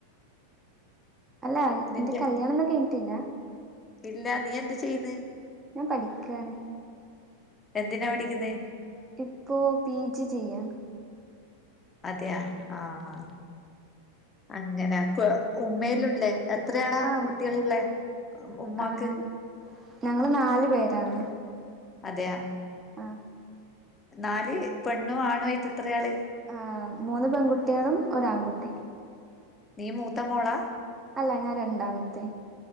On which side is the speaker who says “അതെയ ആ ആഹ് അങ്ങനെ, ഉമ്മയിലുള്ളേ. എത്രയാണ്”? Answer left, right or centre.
Left